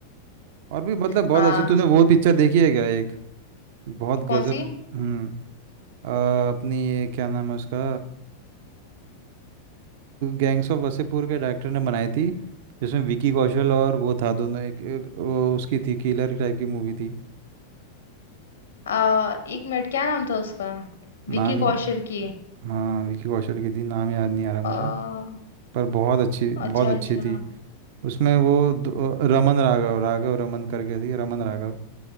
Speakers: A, on the right (about 50°); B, on the left (about 65°).
A: और भी मतलब बहुत
B: हाँ
A: अच्छी तूने वो पिक्चर देखी है क्या एक बहुत
B: कौन
A: गजब
B: सी
A: हम्म आ, अपनी ये क्या नाम है उसका गैंग्स ऑफ वसेपुर के डायरेक्टर ने बनाई थी जिसमें विकी कौशल और वो था दोनों एक, एक वो उसकी थी किलर टाइप की मूवी थी
B: आ, एक मिनट क्या नाम था उसका विकी
A: नाम
B: कौशल की
A: हाँ विकी कौशल की थी नाम याद नहीं आ रहा मुझे
B: आ,
A: पर बहुत अच्छी बहुत
B: अच्छा
A: अच्छी
B: अच्छा
A: थी उसमें वो दो- रमन राघव राघव रमन करके थी रमन राघव